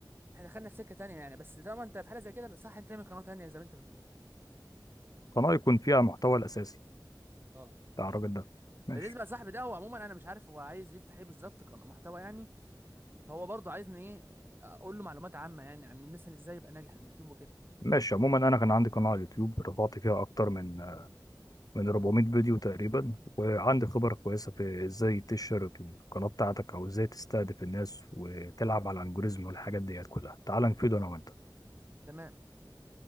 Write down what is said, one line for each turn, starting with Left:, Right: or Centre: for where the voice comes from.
Right: احنا دخلنا في سكه تانية يعني بس طالما انت في حاله زي كده صح انت تعمل قناه تانية زي ما انت بتقول
Left: قناة يكون فيها المحتوى الأساسي
Right: اه
Left: بتاع
Right: طيب
Left: الراجل ده ماشي
Right: بالنسبه لصاحبي ده هو عموما انا مش عارف هو عايز يفتح ايه بالظبط قناه محتوى يعني فهو برضه عايزني ايه اقول له معلومات عامه يعني عن مثلا ازاي يبقى ناجح في اليوتيوب وكده
Left: ماشي عموما أنا كان عندي قناة على اليوتيوب رفعت فيها أكتر من من 400 فيديو تقريبا وعندي خبرة كويسة في إزاي تشهر القناة بتاعتك أو إزاي تستهدف الناس وتلعب على الألجوريزم والحاجات ديت كلها تعال نفيده أنا وأنت
Right: تمام